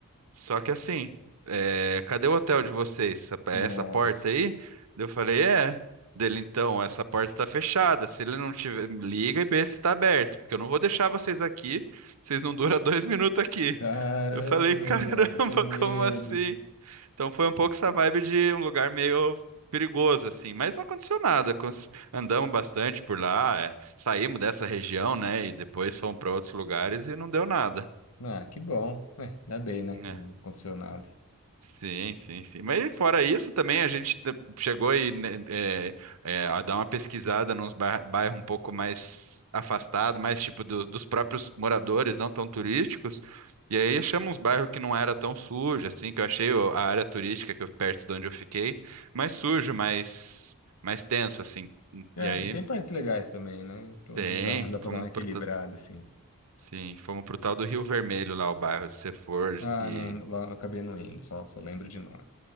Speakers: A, on the right; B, on the left.
A: só que assim, é, cadê o hotel de vocês? Essa é
B: Nossa.
A: essa porta aí? Daí Eu falei, é. Dele, então, essa porta está fechada. Se ele não tiver, liga e vê se está aberto, porque eu não vou deixar vocês aqui. Vocês não duram <laughs> dois minutos aqui.
B: Caramba,
A: Eu falei, caramba,
B: mano, que medo.
A: <laughs> como assim? Então foi um pouco essa vibe de um lugar meio perigoso, assim, mas não aconteceu nada. cons- Andamos bastante por lá, é, saímos dessa região, né? E depois fomos para outros lugares e não deu nada.
B: Ah, que bom. Ué, ainda bem, né?
A: né.
B: Que não aconteceu nada.
A: Sim, sim, sim. Mas fora isso, também a gente te- chegou aí, né, é, é, a dar uma pesquisada nos bairros um pouco mais afastados, mais tipo do- dos próprios moradores, não tão turísticos. E aí achamos uns bairros que não era tão sujo, assim, que eu achei o- a área turística que eu, perto de onde eu fiquei, mais sujo, mais, mais tenso, assim.
B: É,
A: E aí
B: mas tem partes legais também, né? Pelo
A: tem,
B: menos dá, dá pra
A: fomos
B: dar uma equilibrada,
A: pro, ta-
B: assim.
A: sim, fomos pro tal do Rio Vermelho lá, o bairro, se você for,
B: Ah,
A: e,
B: não, lá eu acabei não indo, só, só lembro de nome.